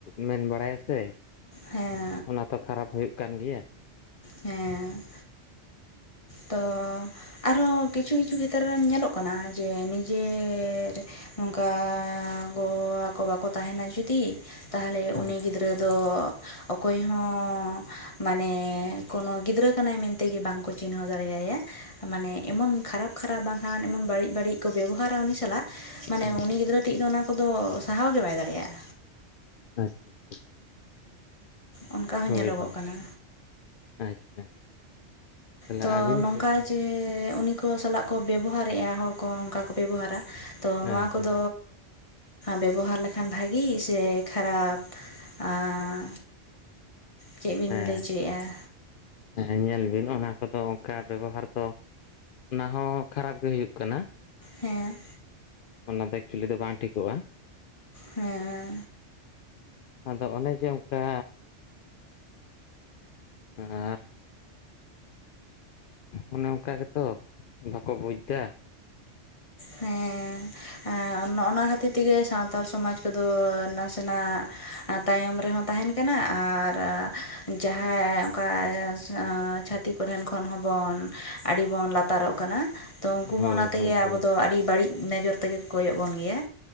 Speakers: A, on the left; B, on the left.
A: ᱢᱮᱱ ᱵᱟᱲᱟᱭᱟ ᱥᱮ
B: ᱦᱮᱸ
A: ᱚᱱᱟ ᱛᱚ ᱠᱷᱟᱨᱟᱯ ᱦᱩᱭᱩᱜ ᱠᱟᱱ ᱜᱮᱭᱟ।
B: ᱦᱮᱸ ᱛᱚᱻ ᱟᱨᱦᱚᱸ ᱠᱤᱪᱷᱩ ᱠᱤᱪᱷᱩ ᱠᱷᱮᱛᱨᱮ ᱨᱮ ᱧᱮᱞᱚᱜ ᱠᱟᱱᱟ ᱡᱮ ᱱᱤᱡᱮᱨᱻ ᱱᱚᱝᱠᱟᱻ ᱜᱚ ᱵᱟᱵᱟ ᱠᱚ ᱵᱟᱠᱚ ᱛᱟᱸᱦᱮᱱᱟ ᱡᱩᱫᱤ ᱛᱟᱦᱚᱞᱮ
A: ᱦᱮᱸ
B: ᱩᱱᱤ ᱜᱤᱫᱽᱨᱟᱹ ᱫᱚ ᱚᱠᱚᱭᱦᱚᱸ ᱢᱟᱱᱮ ᱠᱳᱱᱳ ᱜᱤᱫᱽᱨᱟᱹ ᱠᱟᱱᱟᱭ ᱢᱮᱱ ᱛᱮᱜᱮ ᱵᱟᱝᱠᱚ ᱪᱤ ᱪᱤᱱᱦᱟᱹᱣ ᱫᱟᱲᱮᱭᱟᱭᱟ ᱢᱟᱱᱮ ᱮᱢᱚᱱ ᱠᱷᱟᱨᱟᱯ ᱠᱷᱟᱨᱟᱯ ᱵᱟᱝᱠᱷᱟᱱ ᱮᱢᱚᱱ ᱵᱟᱹᱲᱤᱡ ᱵᱟᱹᱲᱤᱡ ᱠᱚ ᱵᱮᱵᱚᱦᱟᱨᱟ ᱩᱱᱤ ᱥᱟᱞᱟᱜ ᱢᱟᱱᱮ
A: ᱦᱮᱸ
B: ᱩᱱᱤ ᱜᱤᱫᱽᱨᱟᱹ ᱴᱤᱡ ᱫᱚ ᱚᱱᱟ ᱠᱚᱫᱚ ᱥᱟᱦᱟᱣ ᱜᱮ ᱵᱟᱭ ᱫᱟᱲᱮᱭᱟᱜᱼᱟ।
A: ᱟᱪᱪᱷᱟ ᱟᱪᱪᱷᱟ
B: ᱚᱱᱠᱟ ᱦᱚᱸ
A: ᱦᱳᱭ
B: ᱧᱮᱞᱚᱜᱚᱜ
A: ᱦᱳᱭ
B: ᱠᱟᱱᱟ
A: ᱟᱪᱪᱷᱟ ᱛᱟᱦᱚᱞᱮ
B: ᱛᱚ
A: ᱟᱹᱵᱤᱱ
B: ᱱᱚᱝᱠᱟ
A: ᱥᱮᱫ
B: ᱡᱮ ᱩᱱᱤ ᱠᱚ ᱥᱟᱞᱟᱜ ᱠᱚ ᱵᱮᱵᱚᱦᱟᱨᱮᱜᱼᱟ ᱦᱚᱲ ᱠᱚ ᱱᱚᱝᱠᱟ ᱠᱚ ᱵᱮᱵᱚᱦᱟᱨᱟ। ᱛᱚ
A: ᱦᱮᱸ
B: ᱱᱚᱣᱟ ᱠᱚᱫᱚᱻ
A: ᱦᱮᱸ
B: ᱵᱮᱵᱚᱦᱟᱨ ᱞᱮᱠᱷᱟᱱ ᱵᱷᱟᱜᱤ ᱥᱮ ᱠᱷᱟᱨᱟᱯ? ᱟᱸᱻ ᱪᱮᱫ ᱵᱤᱱ
A: ᱦᱮᱸ
B: ᱞᱟᱹᱭ ᱦᱚᱪᱚᱭᱮᱫᱼᱟ?
A: ᱦᱮᱸ ᱧᱮᱞ ᱵᱤᱱ ᱚᱱᱟ ᱠᱚᱫᱚ ᱚᱱᱠᱟ ᱵᱮᱵᱚᱦᱟᱨ ᱫᱚ ᱚᱱᱟ ᱦᱚᱸ ᱠᱷᱟᱨᱟᱯ ᱜᱮ ᱦᱩᱭᱩᱜ ᱠᱟᱱᱟ।
B: ᱦᱮᱸ
A: ᱚᱱᱟ ᱫᱚ ᱮᱠᱪᱩᱣᱮᱞᱤ ᱫᱚ ᱵᱟᱝ ᱴᱷᱤᱠᱚᱜᱼᱟ।
B: ᱦᱮᱸ
A: ᱟᱫᱚ ᱚᱱᱮ ᱡᱮ ᱚᱱᱠᱟ ᱟᱨ ᱚᱱᱮ ᱚᱱᱠᱟ ᱜᱮᱛᱚ ᱵᱟᱠᱚ ᱵᱩᱡᱽ ᱮᱫᱟ।
B: ᱦᱮᱸ ᱮ ᱚᱱᱟ ᱠᱷᱟᱹᱛᱤᱨ ᱛᱮᱜᱮ ᱥᱟᱱᱛᱟᱲ ᱥᱚᱢᱟᱡᱽ ᱠᱚᱫᱚ ᱱᱟᱥᱮᱱᱟᱜ ᱛᱟᱭᱚᱢ ᱨᱮᱦᱚᱸ ᱛᱟᱦᱮᱱ ᱠᱟᱱᱟ ᱟᱨ ᱡᱟᱦᱟᱸᱭ ᱚᱱᱠᱟ ᱥᱮ ᱪᱷᱟᱹᱛᱤᱠ ᱩᱱᱠᱩ ᱨᱤᱱᱠᱷᱚᱱ ᱦᱚᱸᱵᱚᱱ ᱟᱹᱰᱤ ᱵᱚᱱ ᱞᱟᱛᱟᱨᱚᱜ ᱠᱟᱱᱟ। ᱛᱚ ᱩᱱᱠᱩ
A: ᱦᱳᱭ
B: ᱦᱚᱸ ᱚᱱᱟ ᱛᱮᱜᱮ
A: ᱦᱳᱭ
B: ᱟᱵᱚ
A: ᱦᱳᱭ
B: ᱫᱚ ᱟᱹᱰᱤ ᱵᱟᱹᱲᱤᱡ ᱱᱚᱡᱚᱨ ᱛᱮᱜᱮ ᱠᱚ ᱠᱚᱭᱚᱜ ᱵᱚᱱ ᱜᱮᱭᱟ।